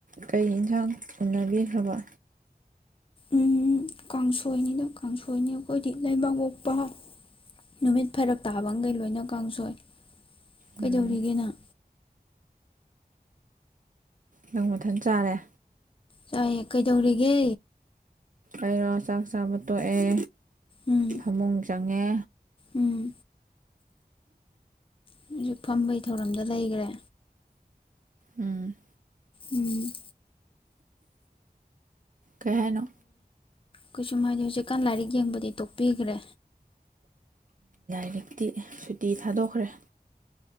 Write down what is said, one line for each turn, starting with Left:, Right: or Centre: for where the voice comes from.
Right: ꯀꯩ ꯌꯦꯟꯁꯥꯡ ꯎꯅꯕꯤꯈ꯭ꯔꯕ?
Left: ꯎꯝ ꯀꯥꯡꯁꯣꯏꯅꯤꯗ ꯀꯥꯡꯁꯣꯏꯅꯤ ꯑꯩꯈꯣꯏꯗꯤ ꯂꯩꯕꯥꯛ ꯄꯣꯛꯄ ꯅꯨꯃꯤꯠ ꯐꯔꯛ ꯇꯥꯕꯈꯩ ꯂꯣꯏꯅ ꯀꯥꯡꯁꯣꯏ꯫ ꯀꯩꯗꯧꯔꯤꯒꯦ
Right: ꯎꯝ
Left: ꯅꯪ?
Right: ꯅꯪ ꯃꯊꯟ ꯆꯥꯔꯦ꯫
Left: ꯆꯥꯏꯌꯦ ꯀꯩꯗꯧꯔꯤꯒꯦ?
Right: ꯑꯩꯔꯣ ꯆꯥꯛ ꯆꯥꯕ ꯇꯣꯛꯑꯦ꯫
Left: ꯎꯝ
Right: ꯐꯃꯨꯡ ꯆꯪꯉꯦ꯫
Left: ꯎꯝ ꯍꯧꯖꯤꯛ ꯐꯥꯝꯕꯩ ꯊꯧꯔꯝꯗ ꯂꯩꯈ꯭ꯔꯦ꯫
Right: ꯎꯝ꯫
Left: ꯎꯝ꯫
Right: ꯀꯩꯍꯥꯏꯅꯣ?
Left: ꯀꯩꯁꯨ ꯍꯥꯏꯗꯦ ꯍꯧꯖꯤꯛꯀꯥꯟ ꯂꯥꯏꯔꯤꯛ ꯌꯦꯡꯕꯗꯤ ꯇꯣꯛꯄꯤꯈ꯭ꯔꯦ꯫
Right: ꯍꯧꯖꯤꯛꯇꯤ ꯁꯨꯇꯤ ꯊꯥꯗꯣꯛꯈ꯭ꯔꯦ꯫